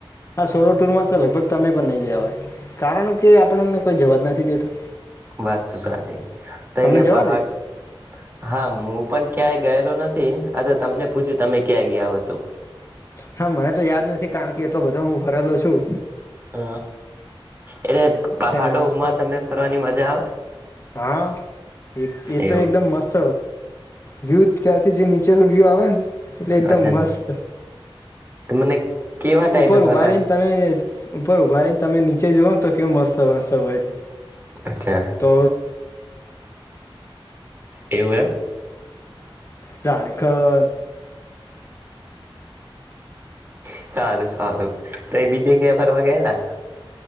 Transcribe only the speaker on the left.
હ સોર ટૂર માત્ર લગભગ તમે પણ નહી ગયા હોય. કારણ કે આપણને કોઈ જવાબ નથી દેતું.
તમને
જવા
દે
હા મને તો યાદ નથી કારણ કે એટલો બધો હું ભરેલો છું
તેના માટે
હા એક એ
તો એકદમ મસ્ત વ્યૂ ત્યાંથી જે નીચેલ વ્યૂ આવે ને એટલે એકદમ
મસ્ત
ઉપર
ઉભા રને તમે ઉપર ઉભા રને તમે નીચે જવ ને તો કેવું મસ્ત હોય છે
તો
ઝારખંડ